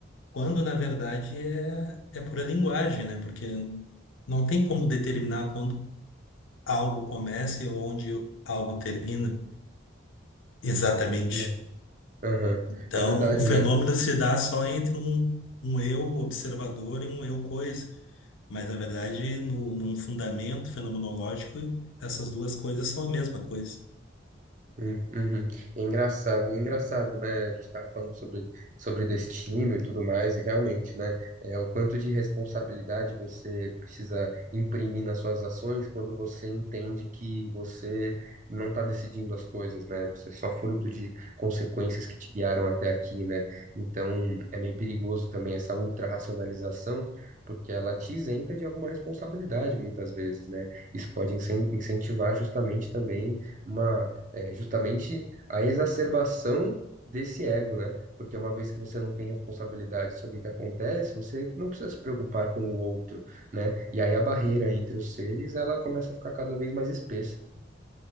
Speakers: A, on the left; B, on the right.
A: quando na verdade é, é pura linguagem, né? Porque não tem como determinar quando algo começa ou onde algo termina exatamente.
B: Nossa. Aham.
A: Então,
B: É verdade,
A: o fenômeno
B: né?
A: se dá só entre um, um eu observador e um eu coisa. Mas, na verdade, no, num fundamento fenomenológico, essas duas coisas são a mesma coisa.
B: Hum, Uhum. É engraçado, é engraçado, né? A gente tá falando sobre, sobre destino e tudo mais, e realmente, né? É, o quanto de responsabilidade você precisa imprimir nas suas ações quando você entende que você não está decidindo as coisas, né? Você é só fruto de consequências que te guiaram até aqui, né? Então, é meio perigoso também essa ultra-racionalização, porque ela te isenta de alguma responsabilidade muitas vezes, né? Isso pode incen- incentivar justamente também uma é justamente a exacerbação desse ego, né? Porque uma vez que você não tem responsabilidade sobre o que acontece, você não precisa se preocupar com o outro, né? E aí a barreira entre os seres, ela começa a ficar cada vez mais espessa.